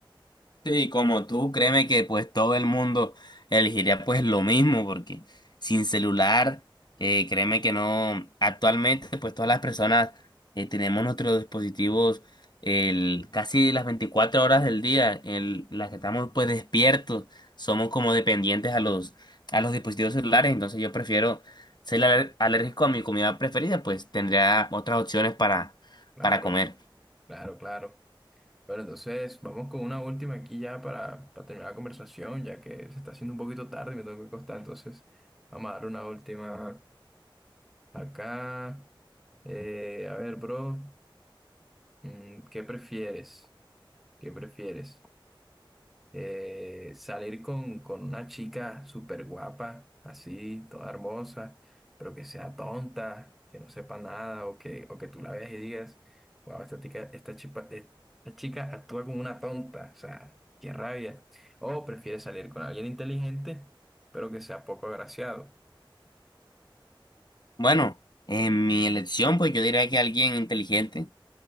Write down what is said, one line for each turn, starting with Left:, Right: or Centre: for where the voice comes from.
Left: Sí, como tú, créeme que pues todo el mundo elegiría pues lo mismo, porque sin celular, eh, créeme que no, actualmente pues todas las personas eh, tenemos nuestros dispositivos el, casi las 24 horas del día, en las que estamos pues despiertos, somos como dependientes a los, a los dispositivos celulares, entonces yo prefiero ser aler- alérgico a mi comida preferida, pues tendría otras opciones para,
Centre: Claro,
Left: para comer.
Centre: claro, claro. Bueno, entonces vamos con una última aquí ya para, para terminar la conversación, ya que se está haciendo un poquito tarde y me tengo que acostar. Entonces, vamos a dar una última acá. Eh, a ver, bro, mm, ¿qué prefieres? ¿Qué prefieres? eh, salir con, con una chica súper guapa, así, toda hermosa, pero que sea tonta, que no sepa nada, o que, o que tú la veas y digas, wow, esta chica, esta chica, esta chica actúa como una tonta, o sea, qué rabia. O prefieres salir con alguien inteligente, pero que sea poco agraciado.
Left: Bueno, en mi elección pues yo diría que alguien inteligente